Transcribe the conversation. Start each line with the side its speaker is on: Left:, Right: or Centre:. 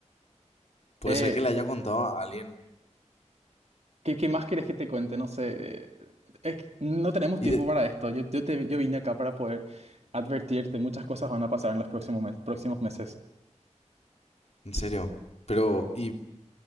Left: puede
Right: Eh,
Left: ser que le haya contado a alguien.
Right: ¿qué, qué más querés que te cuente? No sé. eh, es que no tenemos
Left: Y
Right: tiempo
Left: de...
Right: para esto. Yo, yo, te- yo vine acá para poder advertirte. Muchas cosas van a pasar en los próximos, mes- próximos meses.
Left: En serio. Pero, ¿y